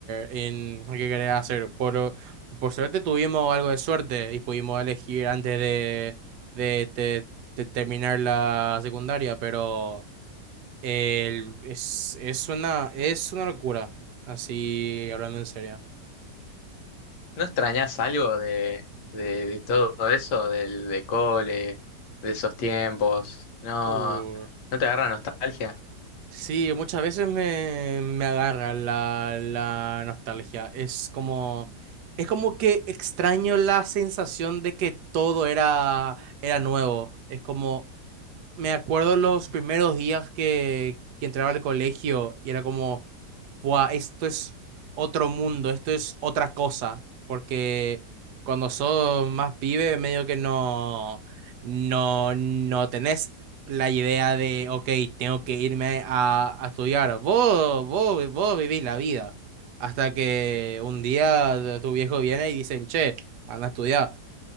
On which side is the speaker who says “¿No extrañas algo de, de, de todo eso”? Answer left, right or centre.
Left